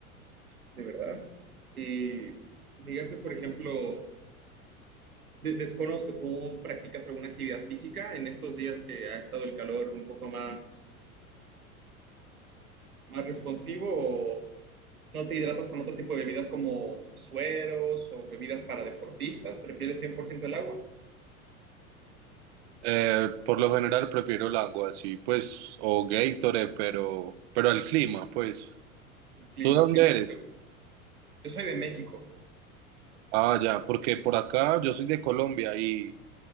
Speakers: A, on the right; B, on the right.
A: de verdad. Eh, dígase, por ejemplo, de- desconozco, ¿tú practicas alguna actividad física en estos días que ha estado el calor un poco más, más responsivo o no te hidratas con otro tipo de bebidas como sueros o bebidas para deportistas? ¿Prefieres 100% el agua?
B: Eh, por lo general prefiero el agua, sí, pues, o Gatorade, pero, pero el clima, pues.
A: El clima,
B: ¿Tú de dónde
A: sí, no, no
B: eres?
A: te- Yo soy de México,
B: Ah, ya, porque por acá yo soy de Colombia y,